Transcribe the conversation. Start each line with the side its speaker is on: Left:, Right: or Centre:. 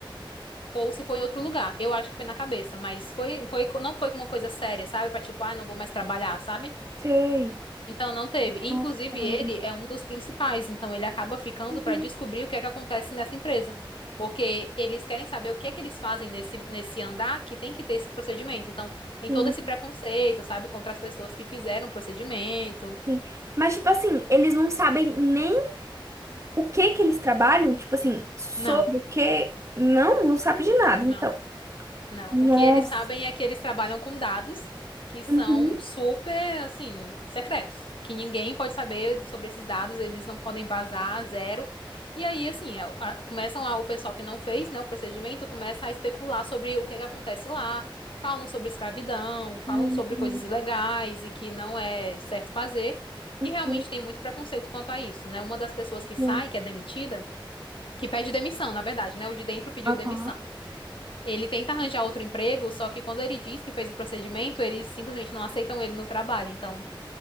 Left: ou se foi em outro lugar. Eu acho que foi na cabeça, mas foi, foi, não foi uma coisa séria, sabe? Pra tipo, ah, não vou mais trabalhar, sabe?
Right: sei.
Left: Então não teve. E, Inclusive,
Right: Ah, tá.
Left: ele é um dos principais, então ele acaba ficando
Right: Uhum,
Left: para descobrir o que é que acontece nessa empresa. Porque eles querem saber o que é que eles fazem nesse, nesse andar que tem que ter esse procedimento. Então, tem
Right: Sim,
Left: todo esse preconceito, sabe, contra as pessoas que fizeram o procedimento.
Right: sim. Mas, tipo assim, eles não sabem nem o que que eles trabalham, tipo assim, sobre
Left: Não,
Right: o que. Não, não sabe de nada,
Left: não.
Right: então.
Left: Não,
Right: Nossa.
Left: o que eles sabem é que eles trabalham com dados que são
Right: Uhum.
Left: super, assim, secretos, que ninguém pode saber sobre esses dados, eles não podem vazar, zero. E aí, assim, a- a- começam a- o pessoal que não fez, né, o procedimento, começa a especular sobre o que é que acontece lá, falam sobre escravidão, falam
Right: Uhum.
Left: sobre coisas ilegais e que não é certo fazer.
Right: Uhum.
Left: E realmente tem muito preconceito quanto a isso, né? Uma das pessoas que sai,
Right: Uhum.
Left: que é demitida, que pede demissão, na verdade, né? O de dentro pediu
Right: Aham.
Left: demissão. Ele tenta arranjar outro emprego, só que quando ele diz que fez o procedimento, eles simplesmente não aceitam ele no trabalho. Então,